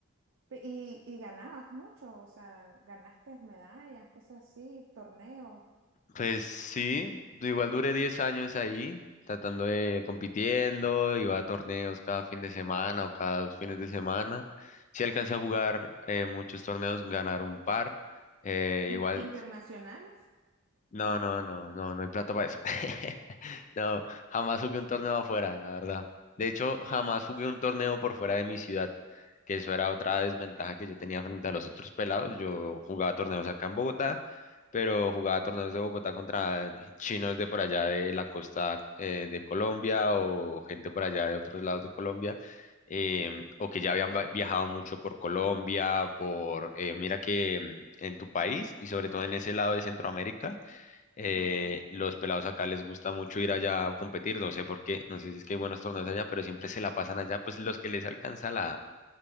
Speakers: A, on the right (about 65°); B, on the left (about 35°).
A: Pe- Y, y ganabas mucho, o sea, ganaste medallas, cosas así, torneos
B: Pues sí, igual duré 10 años ahí, tratando de compitiendo, iba a torneos cada fin de semana o cada dos fines de semana. Sí alcancé a jugar eh, muchos torneos, ganar un par. Eh,
A: in-
B: igual
A: internacionales.
B: No,
A: No,
B: no, no, no, no hay plata para eso. <laughs> No, jamás jugué un torneo afuera, la verdad. De hecho, jamás jugué un torneo por fuera de mi ciudad, que eso era otra desventaja que yo tenía frente a los otros pelados. Yo jugaba torneos acá en Bogotá, pero jugaba torneos de Bogotá contra chinos de por allá de la costa eh, de Colombia o gente por allá de otros lados de Colombia. em, o que ya habían va- viajado mucho por Colombia, por, eh, mira que em, en tu país y sobre todo en ese lado de Centroamérica, eh,
A: ajá,
B: los pelados acá les gusta mucho ir allá a competir, no sé por qué, no sé si es que hay buenos torneos allá, pero siempre se la pasan allá, pues los que les alcanza la,